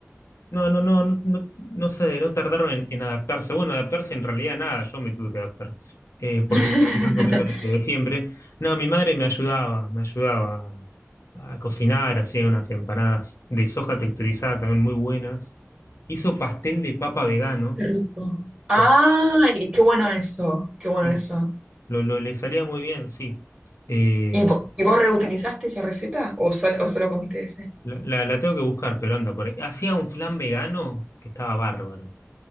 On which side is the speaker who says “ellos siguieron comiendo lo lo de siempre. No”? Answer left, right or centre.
Left